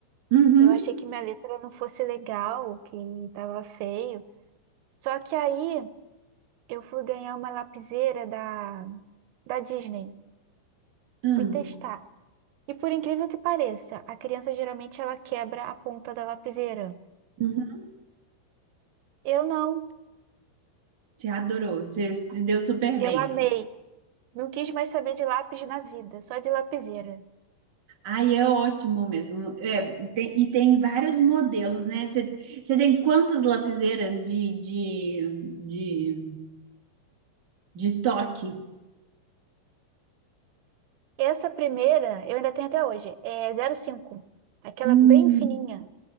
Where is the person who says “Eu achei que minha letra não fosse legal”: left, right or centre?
Right